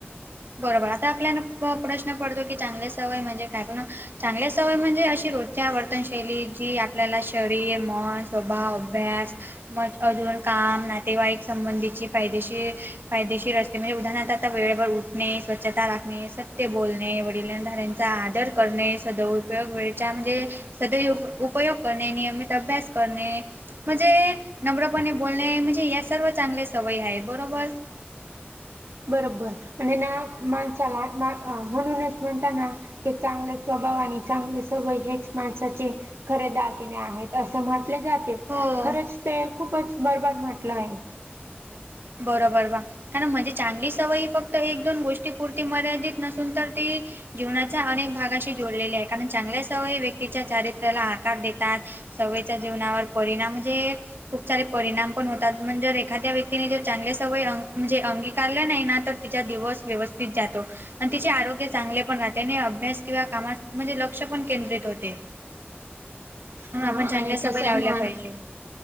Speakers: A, on the right; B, on the right.
A: बरोबर! आता आपल्याला प- प्रश्न पडतो की, चांगल्या सवय म्हणजे काय? पण चांगल्या सवयी म्हणजे अशी रोजच्या वर्तनशैली जी आपल्याला शरीर, मन, स्वभाव, अभ्यास म अजून काम, नातेवाईक संबंधीची फायदेशीर- फायदेशीर असते. ते म्हणजे उदाहरण आता वेळेवर उ णे स्वच्छता राखणे, सत्य बोलणे, वडिलधाऱ्यांचा आदर करणे, सदैव उपयोग वेळेच्या म्हणजे सदैव उपयोग करणे, नियमित अभ्यास करणे, म्हणजे नम्रपणे बोलणे म्हणजे या सर्व चांगल्या सवयी आहेत बरोबर.
B: बरोबर! आणि ना माणसाला मा- म्हणूनच म्हणताना. ते चांगले स्वभाव आणि चांगली सवय हेच माणसाचे खरे दागिने आहेत. असं म्हटले जाते,
A: हो
B: खरंच ते खूपच बरोबर म्हटलं आहे.
A: बरोबर वा! कारण म्हणजे चांगली सवय ही फक्त एक, दोन गोष्टी पुरती मर्यादित नसून तर ती जीवनाच्या अनेक भागाशी जोडलेले आहे, कारण चांगल्या सवयी व्यक्तीच्या चारित्र्याला आकार देतात. सवयच्या जीवनावर परिणाम म्हणजे खूप सारे परिणाम पण होतात. म्हणजे एखाद्या व्यक्ती तिने जर चांगले सवय अं- म्हणजे अंगीकारले नाही ना, तर तिचा दिवस व्यवस्थित जातो. आणि तिचे आरोग्य चांगले पण राहते आणि अभ्यास किंवा कामा म्हणजे लक्ष पण केंद्रित होते. म्हणून
B: हा
A: आपण
B: आणि
A: चांगल्या सवयी
B: कसं
A: लावल्या
B: आहे ना
A: पाहिजे.